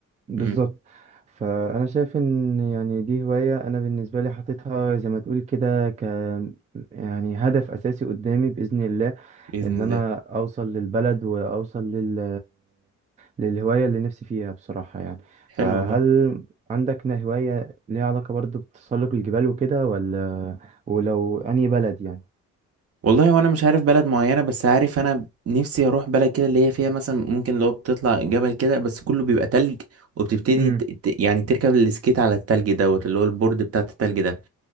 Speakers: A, on the right (about 25°); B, on the right (about 50°).
A: بالظبط
B: مم.
A: فانا شايف ان يعني دي هواية انا بالنسبة لي حاططها زي ما تقول كده ك يعني هدف اساسي قدامي باذن الله
B: بإذن
A: ان
B: الله
A: انا اوصل للبلد واوصل لل للهواية اللي نفسي فيها بصراحة يعني فهل
B: حلو والله
A: عندك نا- هواية ليها علاقة برضو بتسلق الجبال وكده ولا ولو انهي بلد يعني
B: والله وأنا مش عارف بلد معينة بس عارف أنا نفسي أروح بلد كده اللي هي فيها مثلا ممكن لو بتطلع جبل كده بس كله بيبقى تلج وبتبتدي
A: امم
B: ت... ت- يعني تركب السكيت على التلج دوت اللي هو البورد بتاع التلج ده